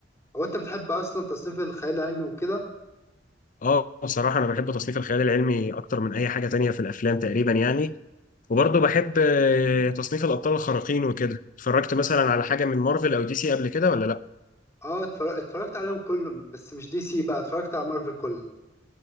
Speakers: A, on the left (about 15°); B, on the left (about 45°).
A: هو انت بتحب اصلا تصنيف الخيال العلمي وكده
B: اه بصراحة أنا بحب تصنيف الخيال العلمي أكتر من أي حاجة تانية في الأفلام تقريبا يعني وبرضه بحب آه، تصنيف الأبطال الخارقين وكده اتفرجت مثلا على حاجة من مارفل أو دي سي قبل كده ولا لأ؟
A: اه اتفر- اتفرجت عليهم كلهم بس مش دي سي بقى اتفرجت على مارفل كلها